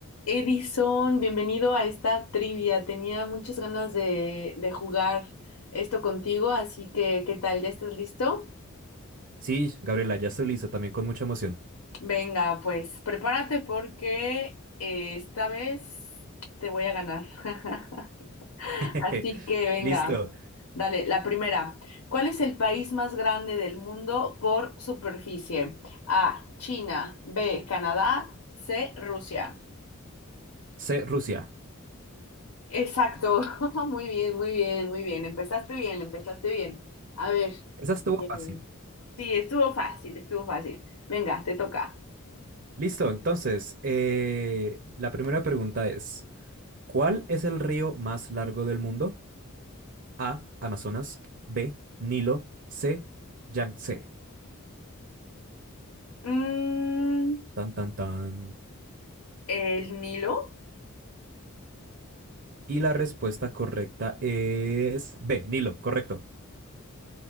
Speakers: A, on the left; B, on the right.
A: Edison, bienvenido a esta trivia. Tenía muchas ganas de, de jugar esto contigo, así que, ¿qué tal? ¿Ya estás listo?
B: Sí, Gabriela, ya estoy listo, también con mucha emoción.
A: Venga, pues prepárate porque eh, esta vez te voy a ganar. <laughs>
B: <laughs>
A: Así que, venga,
B: Listo.
A: dale, la primera. ¿Cuál es el país más grande del mundo por superficie? A, China, B, Canadá, C, Rusia.
B: C, Rusia.
A: Exacto, <laughs> muy bien, muy bien, muy bien. Empezaste bien, empezaste bien. A ver,
B: Esa estuvo
A: eh,
B: fácil.
A: sí, estuvo fácil, estuvo fácil. Venga, te toca.
B: Listo, entonces, eh, la primera pregunta es, ¿cuál es el río más largo del mundo? A, Amazonas, B, Nilo, C, Yangtze.
A: Mm,
B: Tan, tan, tan.
A: el Nilo.
B: Y la respuesta correcta es B, Nilo, correcto.